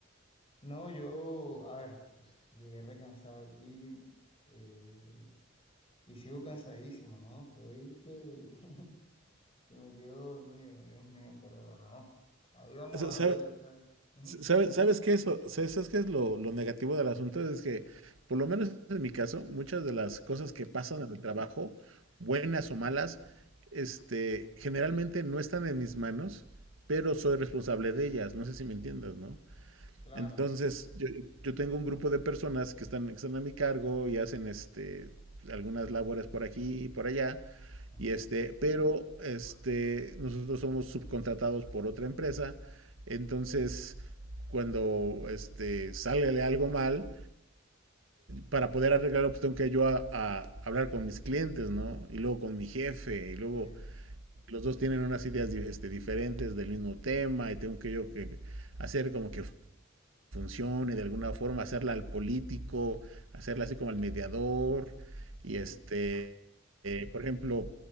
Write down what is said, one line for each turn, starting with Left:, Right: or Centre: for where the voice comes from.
Left: No, yo, a ver, entonces llegué recansado aquí. eh, Y sigo cansadísimo, ¿no? Estoy que, <laughs> que, me quedo dormido, Dios mío, pero no. Ahí vamos
Right: ¿Sabes,
Left: dándole, tú ¿sabes? Ujú,
Right: sabes, sabes qué eso? sa- ¿Sabes qué es lo, lo negativo del asunto? Es que, por lo menos en mi caso, muchas de las cosas
Left: Sí,
Right: que pasan en el trabajo, buenas o malas, este, generalmente no están en mis manos, pero soy responsable de ellas. No sé si me entiendas, ¿no?
Left: claro.
Right: Entonces, yo, yo tengo un grupo de personas que están, que están a mi cargo y hacen este, algunas labores por aquí y por allá,
Left: ujú,
Right: Y este, pero este, nosotros somos subcontratados por otra empresa. Entonces, cuando este, sale algo mal, para poder arreglarlo, pues tengo que yo a, a hablar con mis clientes, ¿no? Y luego con mi jefe, y luego
Left: Sí,
Right: los dos tienen unas ideas este, diferentes del mismo tema, y tengo que yo que hacer como que funcione de alguna forma, hacerla al político, hacerla así como al mediador.
Left: sí.
Right: Y este, eh, por ejemplo,